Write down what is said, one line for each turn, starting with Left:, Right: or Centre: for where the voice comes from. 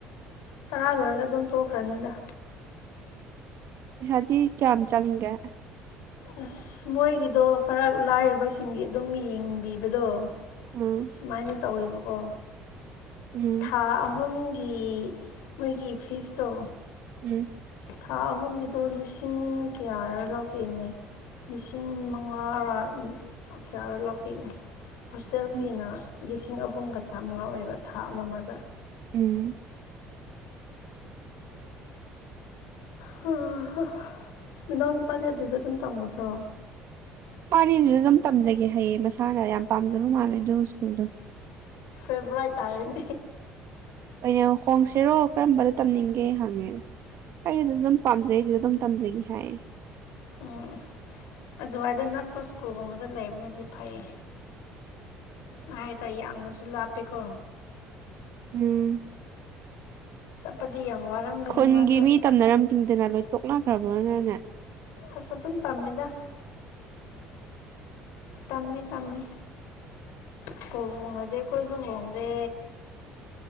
Left: ꯇꯔꯥ ꯂꯣꯏꯔꯒ ꯑꯗꯨꯝ ꯇꯣꯛꯈ꯭ꯔꯅꯤꯗ
Right: ꯄꯩꯁꯥꯗꯤ ꯀꯌꯥꯝ ꯆꯪꯒꯦ
Left: ꯑꯥꯁ ꯃꯣꯏꯒꯤꯗꯣ ꯈꯔ ꯂꯥꯏꯔꯕꯁꯤꯡꯒꯤ ꯑꯗꯨꯝ ꯌꯦꯡꯕꯤꯕꯗꯣ
Right: ꯎꯝ
Left: ꯁꯨꯃꯥꯏꯅ ꯇꯧꯋꯦꯕꯀꯣ
Right: ꯎꯝ
Left: ꯊꯥ ꯑꯍꯨꯝ ꯒꯤ ꯃꯣꯏꯒꯤ ꯐꯤꯁꯇꯣ
Right: ꯎꯝ
Left: ꯊꯥ ꯑꯍꯨꯝꯒꯤꯗꯣ ꯂꯤꯁꯤꯡ ꯀꯌꯥꯔ ꯂꯧꯥꯈꯤꯕꯅꯦ ꯂꯤꯁꯤꯡ ꯃꯉꯥꯔ ꯀꯌꯥꯔ ꯂꯧꯈꯤꯕꯅꯤ ꯍꯣꯁꯇꯦꯜ
Right: ꯎꯝ
Left: ꯐꯤꯅ ꯂꯤꯁꯤꯡ ꯑꯍꯨꯝꯒ ꯆꯥꯝꯃꯉꯥ ꯑꯣꯏꯕ ꯊꯥ ꯑꯃ ꯑꯃꯗ
Right: ꯎꯝ
Left: ꯍꯪꯍꯥ ꯅꯅꯥꯎ ꯅꯨꯄꯥꯗꯤ ꯑꯗꯨꯗ ꯑꯗꯨꯝ ꯇꯝꯒꯗ꯭ꯔꯣ
Right: ꯃꯥꯗꯤ ꯑꯗꯨꯗ ꯑꯗꯨꯝ ꯇꯝꯖꯒꯦ ꯍꯥꯏꯌꯦ ꯃꯁꯥꯅ ꯌꯥꯝ ꯄꯥꯝꯖꯕ ꯃꯥꯜꯂꯦ ꯑꯗꯨ ꯁ꯭ꯀꯨꯜꯗꯣ
Left: ꯐꯦꯕ꯭ꯔꯥꯏꯠ ꯇꯥꯔꯦꯅꯦ
Right: ꯑꯩꯅ ꯍꯣꯡꯁꯤꯔꯣ ꯀꯔꯝꯕꯗ ꯇꯝꯅꯤꯡꯒꯦ ꯍꯪꯉꯦꯕ ꯑꯩ ꯑꯗꯨꯗ ꯑꯗꯨꯝ ꯄꯥꯝꯖꯩ ꯑꯗꯨꯗ ꯑꯗꯨꯝ ꯇꯝꯖꯒꯦ ꯍꯥꯏ
Left: ꯎꯝ ꯑꯗꯨꯋꯥꯏꯗ ꯅꯛꯄ ꯁ꯭ꯀꯨꯜꯒꯨꯝꯕꯗ ꯂꯩꯕꯅꯗꯤ ꯐꯩꯌꯦ ꯍꯥꯏ ꯇꯥꯏ ꯌꯥꯝꯅꯁꯨ ꯂꯥꯞꯄꯦꯀꯣ
Right: ꯎꯪꯎꯪ
Left: ꯆꯠꯄꯗꯤ ꯌꯥꯝ ꯋꯥꯔꯝꯒꯅꯤ
Right: ꯈꯨꯟꯒꯤ
Left: ꯃꯥꯁꯨ
Right: ꯃꯤ ꯇꯝꯅꯔꯝꯈꯤꯅꯤꯗꯅ ꯂꯣꯏ ꯇꯣꯛꯅꯈ꯭ꯔꯕ꯭ꯔꯅꯅꯦ
Left: ꯑꯥꯁ ꯑꯗꯨꯝ ꯇꯝꯃꯤꯗ ꯇꯝꯃꯤ- ꯇꯝꯃꯤ ꯁ꯭ꯀꯨꯜ ꯍꯣꯡꯉꯗꯤ ꯑꯩꯈꯣꯏꯖꯨ ꯍꯣꯡꯗꯦ